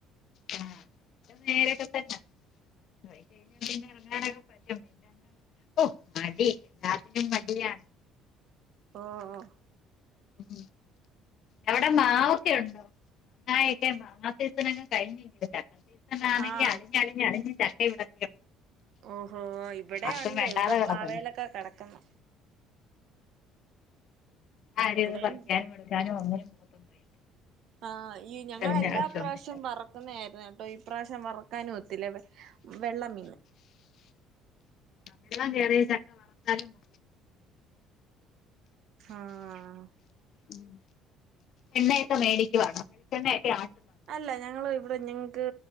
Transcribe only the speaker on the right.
ഓഹ്
ആഹ്
ഓഹോ ഇവിടെ
ഉണ്ട്
ഇവിടെ
പ്ലാവേലൊക്കെ കിടക്കുന്നു
ഇവിടെയും
ആഹ് ഈ
ഞങ്ങളെല്ലാ
പ്രാവശ്യം വറക്കുന്നതായിരുന്നു കേട്ടോ ഈ പ്രാവശ്യം വറക്കാനും ഒ ത്തില്ലാ വെള്ളം വീണു
ആഹ്
അല്ല ഞങ്ങള് ഇവിടെ ഞങ്ങക്ക്